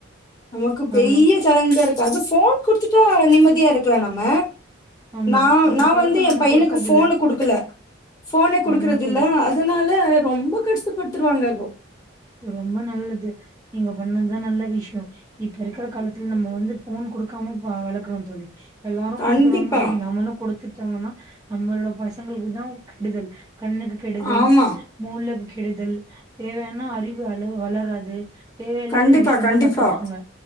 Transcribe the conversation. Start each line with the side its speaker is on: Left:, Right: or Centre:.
Left: நமக்கு பெரிய
Right: ஆமா
Left: சேலஞ்சா இருக்கு அது ஃபோன் குடுத்துட்டா நிம்ம தியா இருக்லா நம்ம
Right: ஆமா
Left: நா
Right: அந்த
Left: நா
Right: பழக்கம்
Left: வந்து
Right: நம்ம
Left: எ பையனுக்கு
Right: குடுக்கறது
Left: ஃபோனு
Right: இல்ல
Left: குடுக்கல ஃபோன குடுக்குறதில்ல
Right: ஆமா தோழி
Left: அதுனால ரொம்ப கஷ்ட படுத்ருவாங்க இபோ
Right: இ ரொம்ப நல்லது நீங்க பண்ணதா நல்ல விஷ்யொ இப்ப இருக்குற காலத்துல நம்ம வந்து ஃபோன் குடுக்காம பா வள க்கனு தோழி எல்லாரு
Left: கண்டிப்பா
Right: குடுக்குறாங்கன் சொல்லி நம்மளு குடுத்துட்டாங்கனா நம்மளோட பசங்களுக்கு தா கெடுதல் கண்ணுக்கு கெடுதல்
Left: ஆமா
Right: மூளக்கு கெடுதல் தேவையா ன அறிவு அளோ வளரா து தேவையல்லாத
Left: கண்டிப்பா
Right: விஷ்யொந்தா
Left: கண்டிப்பா
Right: கத்துப்போங்க